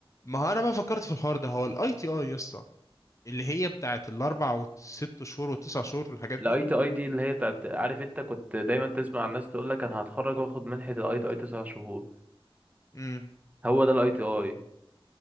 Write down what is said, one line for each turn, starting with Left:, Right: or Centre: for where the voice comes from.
Left: ما هو انا بقى فكرت في الحوار ده هو الاي تي اي يا اسطى اللي هي بتاعت الاربع والست شهور والتسع شهور والحاجات
Right: الاي
Left: دي
Right: تي اي دي اللي هي بتاعت عارف انت كنت دايما تسمع الناس تقول لك انا هتخرج واخد منحة الاي تي اي تسع شهور
Left: امم
Right: هو ده الاي تي اي